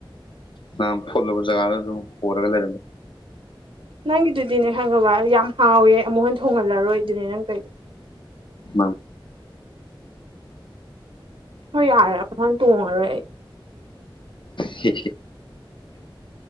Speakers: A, on the left; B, on the right.
A: ꯅꯍꯟ ꯐꯣꯜꯂꯨꯕ ꯖꯒꯥꯗ ꯑꯃꯨꯛ ꯍꯣꯔꯒ ꯂꯩꯔꯝꯃꯦ
B: ꯅꯪꯒꯤꯗꯨꯗꯤꯅꯦ ꯈꯪꯉꯕ ꯌꯥꯝ ꯍꯥꯎꯋꯦ ꯑꯃꯨꯛ ꯍꯟ ꯊꯣꯡꯍꯜꯂꯔꯣꯏ ꯗꯨꯅꯦ ꯅꯪ ꯇꯧꯔꯤꯗꯣ
A: ꯃꯥꯅꯦ
B: ꯍꯣꯏ ꯌꯔꯦ ꯑꯃꯨꯛ ꯍꯟꯅ ꯇꯣꯡꯉꯔꯣꯏ ꯑꯩ
A: ꯍꯦ ꯍꯦ <inaudible>